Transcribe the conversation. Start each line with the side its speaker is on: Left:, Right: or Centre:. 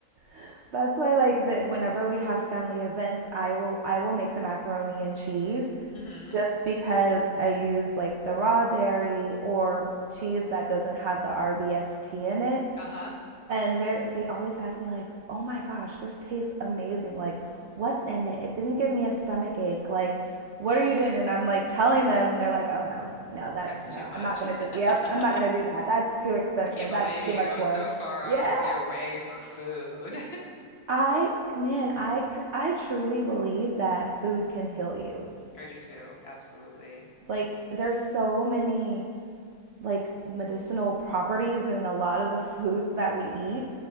Right: <laughs> That's why like the whenever we have family events, I will I will make the macaroni and cheese
Left: hmm
Right: just because I use like the raw dairy or cheese that doesn't have the RBST in it
Left: Uh-huh.
Right: And they they always ask me like, "Oh my gosh, this tastes amazing. Like, what's in it? It didn't give me a stomach ache. Like, what are you doing?" And I'm like telling them and they're like, "Oh no. No, that's
Left: That's
Right: no.
Left: too much.
Right: I'm not going
Left: <laughs>
Right: to do it. Yep, I'm not going to do that. That's too expensive.
Left: I can't believe
Right: That's
Left: you
Right: too much
Left: go
Right: work."
Left: so far out
Right: Yeah.
Left: of your way for food.
Right: I man, I cuz I truly believe that food can heal you.
Left: <laughs> I do too. Absolutely.
Right: Like, there's so many like medicinal properties in a lot of the foods that we eat.